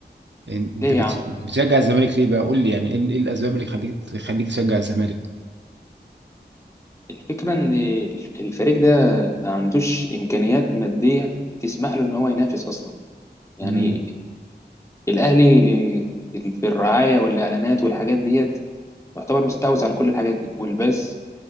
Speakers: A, on the right; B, on the left.
A: انت
B: ليه
A: بت-
B: يا عم
A: بتشجع الزمالك ليه بقى قول لي يعني ايه إيه الاسباب اللي خليك تخليك تشجع الزمالك
B: الفكرة ان الفريق ده ما عندوش امكانيات مادية تسمح له ان هو ينافس اصلا يعني
A: امم
B: الاهلي آه، في الرعاية والاعلانات والحاجات ديت يعتبر مستحوذ على كل الحاجات دي والبث